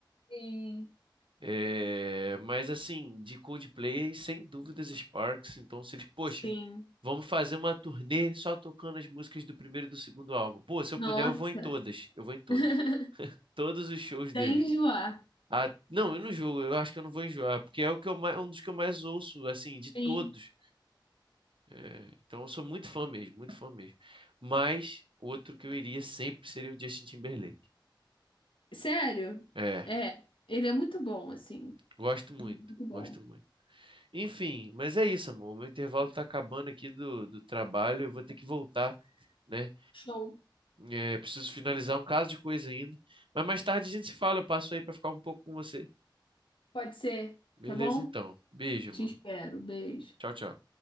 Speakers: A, on the left; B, on the right.
A: Sim,
B: É, mas assim, de Coldplay, sem dúvidas Sparks. Então, se eles, poxa,
A: sim.
B: vamos fazer uma turnê só tocando as músicas do primeiro e do segundo álbum. Pô, se eu
A: Nossa.
B: puder, eu vou em todas. Eu vou em todas.
A: <laughs>
B: Todos os shows dele.
A: Sem enjoar.
B: Ah, não, eu não jogo, eu acho que eu não vou enjoar, porque é o que eu mais, um dos que eu mais ouço, assim, de
A: Sim.
B: todos. É, então eu sou muito fã mesmo, muito fã mesmo. Mas outro que eu iria sempre seria o Justin Timberlake.
A: Sério?
B: É,
A: É, ele é muito bom, assim.
B: gosto muito,
A: Ele é Muito bom.
B: gosto muito. Enfim, mas é isso, amor. O meu intervalo tá acabando aqui do, do trabalho, eu vou ter que voltar, né?
A: Show.
B: É, preciso finalizar um caso de coisa ainda. Mas mais tarde a gente se fala, eu passo aí pra ficar um pouco com você.
A: Pode ser,
B: Beleza,
A: tá bom?
B: então. Beijo, amor.
A: Te espero. Beijo.
B: Tchau, tchau.